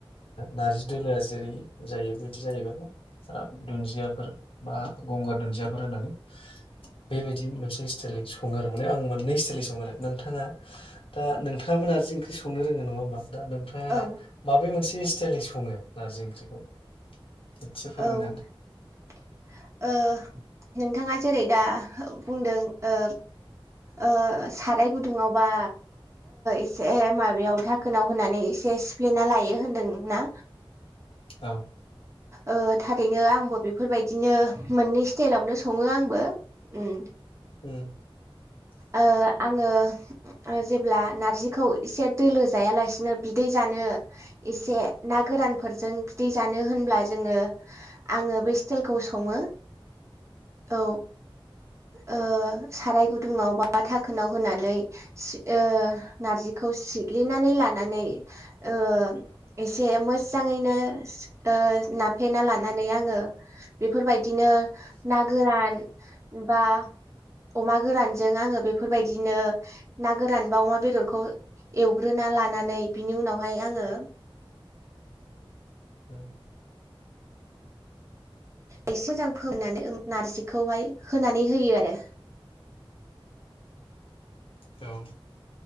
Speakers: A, on the left; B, on the right.
A: नार्जि दोलोआ जेरै जायो बेदि जायोबाबो आराम दुन्दियाफोर बा गंगार दुन्दिया फोर होनानै बेबायदि मोनसे स्टाइलनि सङो आरो माने आं मोननै स्टाइलनि सङो आरो नोंथाङा दा नोंथाङाबो नारजि ओंख्रि संनो रोङो नङा होमबा। दा नोंथाङा
B: औ
A: माबे मोनसे स्टाइलनि सङो नारजि ओंख्रिखौ
B: औ
A: एसे फोरमायना होदो
B: ओ नोंथाङा जेरै दा बुंदों ओ ओ साराय गुदुङाव बा एसे माबायाव धाखोनाव होनानै एसे सिफ्लेना लायो होनदोंना।
A: औ
B: ओ थारैनो आंबो बेफोरबायदिनो मोननै स्टाइलावनो सङो आं बो अम
A: उम
B: ओ आंङो ओ जेब्ला नारजिखौ एसे दोलो जायालासिनो बिदै जानो एसे ना गोरानफोरजों बिदै जानो होन ब्ला जोंङो आंङो बै स्ताइलखौ सङो। औ ओ साराय गुदुङाव बा थाखोनाव होनानै सि ओ नारजिखौ सिग्लिनानै लानानै ओ एसे मोजाङैनो ओ नाफ्लेना लानानै आंङो बेफोरबायदिनो ना गोरान बा अमा गोरानजों आंङो बेफोरबायदिनो ना गोरान बा अमा बेदरखौ एवग्रोना लानानै बिनि उनावहाय आंङो
A: औ
B: एसे मोजां फोमोननानै नार्जिखौहाय होनानै होयो आरो।
A: औ